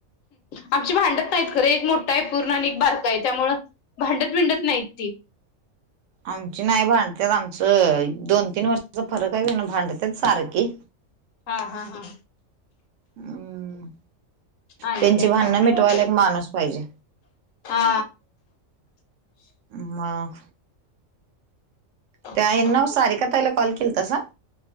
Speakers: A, on the left; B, on the right.
A: आमची भांडत नाहीत खरे एक मोठा आहे पूर्ण आणि एक बारका आहे त्यामुळं भांडत भिंडत नाहीत ती
B: आमची नाही भांडत आमचं दोन तीन वर्षाचा फरक आहे का ना भांडत सारखी
A: हा हा हा
B: हम्
A: आणि
B: त्यांची
A: काय मग
B: भाननं मिटवायला एक माणूस पाहिजे
A: हा
B: म
A: हम्म.
B: ते आहे नऊ सारीका ताई ला कॉल केलतासा